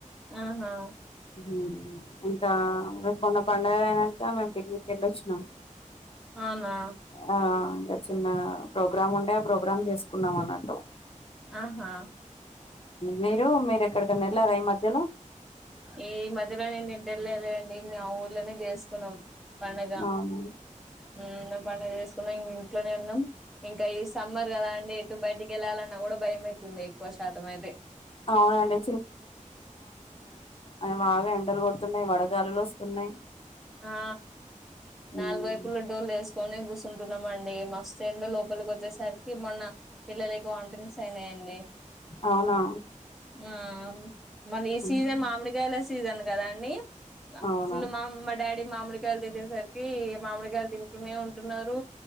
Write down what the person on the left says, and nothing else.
ఉ ఇంకాఫన పండుగ అయినంక మేము పిక్నిక్ వెళ్ళొచ్చినాం.
ఆ ఇంకా చిన్న ప్రోగ్రామ్ ఉండే ఆ ప్రోగ్రామ్ చేస్ పన్నకున్న మన్నట్టు
మీరు మీరు ఎక్కడికైనా వెళ్లారా ఈ మధ్యలో
అవును
అవునండి అ బాగా ఎండలు కొడుతున్నాయి వడగాలులు వస్తున్నాయి.
ఉమ్,
అవునా
ఉమ్,
అవునా